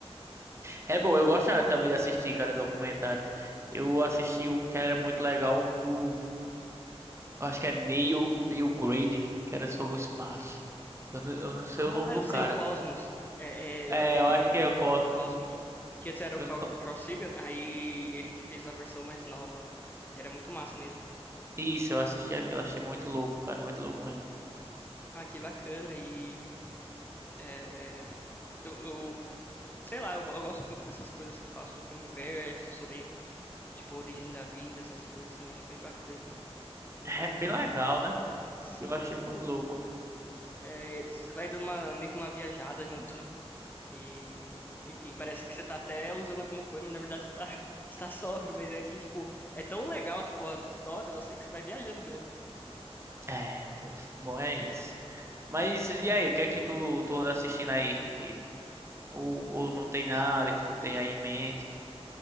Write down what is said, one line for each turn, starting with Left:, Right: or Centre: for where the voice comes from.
Right: É bom, eu gosto ah, também de assistir, cara, documentários. Eu assisti um que era muito legal do. Acho que é Neil, Neil Grade, que era sobre o espaço. Eu não, eu não sei
Left: Ah,
Right: o nome do
Left: eu sei,
Right: cara.
Left: o Cosmos. É, é,
Right: É, eu
Left: é, é
Right: acho
Left: eu
Right: que
Left: mesmo,
Right: é Cosmos.
Left: o Cosmos. Que antes era
Right: Eu
Left: o Carl,
Right: tô-
Left: Carl Sagan, aí ele que fez a versão mais nova. E era muito massa mesmo.
Right: Isso, eu assisti aquilo. Achei muito louco, cara. Muito louco mesmo.
Left: Ah, que bacana. E é, eu, eu- sei lá, eu, eu gosto muito dessas coisas assim, que falam sobre o universo, sobre, tipo, a origem da vida, essas coisas assim, acho bem bacana. Mas,
Right: <laughs> É bem legal, né?
Left: sim,
Right: Eu achei
Left: tipo,
Right: muito louco.
Left: é, você vai dando uma, meio que uma viajada <laughs> junto. E, enfim, parece que você tá até usando alguma coisa, mas na verdade você tá, <laughs> você tá sóbrio, mas é que, tipo, é tão legal, tipo, as histórias, eu sei que você vai viajando junto.
Right: É, eu- bom, é isso. Mas e aí, o que é que tu, tu anda assistindo aí? Que, ou, ou não tem nada que tu tenha aí em mente?